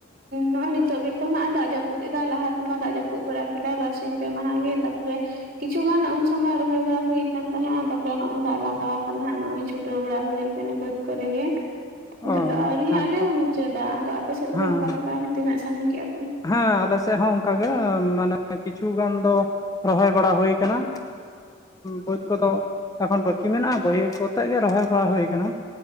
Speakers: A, on the right; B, on the left.
A: ᱱᱚᱜᱼᱚᱭ ᱱᱤᱛᱚᱜ ᱜᱮᱛᱚ ᱦᱟᱸᱜ ᱫᱟᱜ ᱡᱟᱹᱯᱩᱫ ᱮᱫᱟ ᱞᱟᱦᱟ ᱛᱮᱢᱟ ᱫᱟᱜ ᱡᱟᱹᱯᱩᱫ ᱵᱟᱲᱟ ᱠᱮᱫᱟᱭ ᱵᱟᱨᱥᱤᱧ ᱯᱮ ᱢᱟᱦᱟ ᱜᱮ ᱛᱟᱨᱯᱚᱨᱮᱼᱼ ᱠᱤᱪᱷᱩ ᱜᱟᱱ ᱩᱱ ᱥᱚᱢᱚᱭ ᱨᱚᱦᱚᱭ ᱵᱟᱲᱟ᱾ ᱦᱩᱭ ᱟᱠᱟᱱ ᱛᱟᱦᱮᱸᱱᱟ ᱛᱟᱨᱯᱚᱨᱮ ᱱᱚᱜ ᱚᱚᱭ ᱫᱟᱜ ᱞᱟᱜᱟᱣ ᱟᱠᱟᱱᱟ ᱱᱚᱜ ᱚᱭ ᱪᱷᱩᱴᱟᱹᱣ ᱵᱟᱲᱟ ᱦᱩᱭ ᱟᱠᱟᱱᱟ ᱵᱟᱹᱫᱽ ᱠᱚᱨᱮ ᱜᱮᱼᱼ ᱱᱤᱛᱚᱜ
B: ᱚ
A: ᱫᱚ ᱟᱹᱣᱨᱤ
B: ᱦᱮᱸ
A: ᱦᱟᱸᱜ ᱞᱮ
B: ᱛᱚ
A: ᱢᱩᱪᱟᱹᱫᱟ ᱟᱫᱚ ᱟᱯᱮ ᱥᱮᱫ ᱞᱟᱹᱜᱤ
B: ᱦᱮᱸ
A: ᱚᱠᱟ ᱞᱮᱠᱟ ᱛᱤᱱᱟᱹᱜ ᱥᱟᱺᱜᱤᱧ ᱠᱮᱭᱟ ᱯᱮ?
B: ᱦᱮᱸ ᱟᱞᱮ ᱥᱮᱫ ᱦᱚᱸ ᱚᱱᱠᱟᱜ ᱜᱮ ᱢᱟᱱᱮ ᱠᱤᱪᱷᱩ ᱜᱟᱱ ᱫᱚᱼᱼ ᱨᱚᱦᱚᱭ ᱵᱟᱲᱟ ᱦᱩᱭ ᱠᱟᱱᱟ᱾ ᱵᱟᱹᱫᱽ ᱠᱚᱫᱚ ᱮᱠᱷᱚᱱ ᱵᱟᱹᱠᱤ ᱢᱮᱱᱟᱜᱼᱟ ᱵᱟᱹᱭᱦᱟᱹᱲ ᱠᱚᱛᱮᱜ ᱜᱮ ᱨᱚᱦᱚᱭ ᱵᱟᱲᱟ ᱦᱩᱭ ᱟᱠᱟᱱᱟ᱾